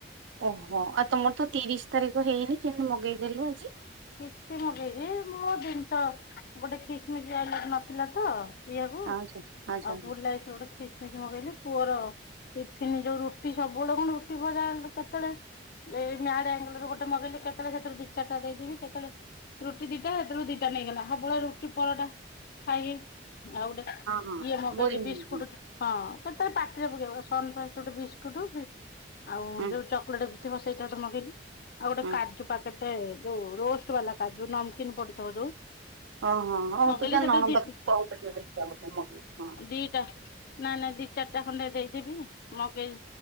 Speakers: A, on the right; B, on the left.
A: ଓହୋ ଆଉ ତମର ତ ତିରିଶ ତାରିଖ ହେଇନି କେମତି ମଗେଇଦେଲୁ ଆଜି।
B: କିଛି ମଗେଇଚି ମୋ ଦିନଷ ଗୋଟେ ଖିସମିସ୍ ଆଇଲା ନଥିଲା ତ। ପିଇଆକୁ
A: ଆଚ୍ଛା ଆଚ୍ଛା
B: ଆଉ
A: ହଁ
B: ଫୁଲାଇସ ଗୋଟେ ଖିସମିସ୍ ମଗେଇଲି ପୁଅର ଟିଫନ୍ ଯୋଉ ରୁଟି ସବୁବେଳେ କଣ ରୁଟି ଭଜା କେତେଳେ ଏଇ ମ୍ୟାଡ ଆଙ୍ଗଲରୁ ଗୋଟେ ମଗେଇଲେ କେତେଳେ ସେଥିରୁ ଦିଇ ଚାରଟା ଦେଇଦେବି। କେତୋଳେ ରୁଟି ଦିଟା ହେଥିରୁ ଦିଟା ନେଇଗଲା ସବୁବେଳେ ରୁଟି ପରଟା ଖାଇକି ଆଉ ଗୋଟେ
A: ହଁ
B: ଇଏ ମଗେଇଲି
A: ବୋରିଂ
B: ବିସ୍କୁଟଟେ
A: ହୁଁ
B: ହଁ କେତୋଳେ ପାଟିରେ ପକେଇ ସନଫାଷ୍ଟର ଗୋଟେ ବିସ୍କୁଟ ବି ଆଉ
A: ହୁଁ
B: ଯୋଉ ଚ କୁକୁଡାଟେ ବି ଥିବ ସେଇଟା ତାର ମଗେଇଲି ଆଉ ଗୋଟେ
A: ହୁଁ
B: ପାକେଟଟେ ଯୋଉ ରୋଷ୍ଟ ବାଲା କାଜୁ ନାମକିନ୍ ପଡିଥିବ ଯୋଉ
A: ଓଁ ହଁ ହଁ ହଁ
B: ମଗେଇଲି
A: ତୁ ଜା ନଣନ୍ଦ
B: ସେଥିରୁ
A: କୋହୁଥିଲେ <unintelligible> ବୋଲି ମଗେଇ ହଁ।
B: ଦିଇଟା ନାଇଁ ନାଇଁ ଦି ଚାରିଟା ଖଣ୍ଡେ ଦେଇଦେବି ମଗେଇ